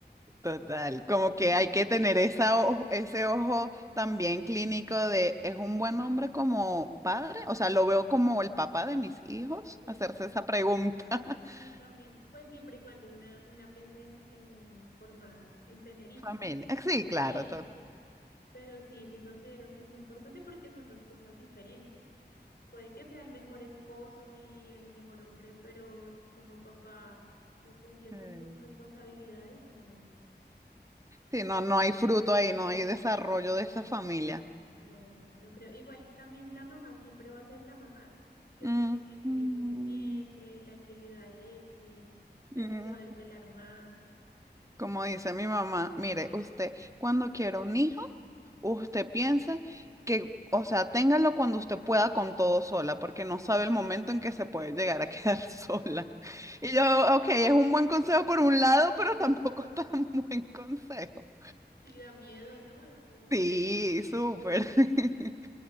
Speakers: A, on the right; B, on the left.
A: Total, como
B: que son...
A: que hay que tener esa ojo- ese ojo también clínico de, ¿es un buen hombre como padre? O sea, lo veo como el papá de mis hijos,
B: Exacto.
A: hacerse esa pregunta. <laughs>
B: Sí, también, pues siempre y cuando una, una piense en, en formar, en tener hijos,
A: Familia,
B: ¿no?
A: sí, claro,
B: Sí, pero sí, sí considero que es importante porque son dos cosas diferentes. Puede que sea el mejor esposo y el mejor hombre, pero si como papá no cumple
A: total.
B: con sus responsabilidades, no,
A: Sí, no, no hay fruto ahí, no hay desarrollo de esa familia.
B: no, no, no creo. Igual también la mamá siempre va a ser la mamá. Es
A: Mm,
B: la que tiene
A: mm,
B: al hijo en el vientre, la que le da leche, la
A: mm.
B: que se va a desvelar más.
A: Como dice mi mamá, mire, usted cuando quiera un hijo, usted piense que, o sea, téngalo cuando usted pueda con todo sola, porque no sabe el momento en que se puede llegar a <laughs> quedar sola. Y yo, ok, es un
B: <laughs>
A: buen consejo por un lado, pero tampoco <laughs> tan buen consejo.
B: Sí, da miedo, ¿no? Da miedo.
A: Sí, súper. <laughs>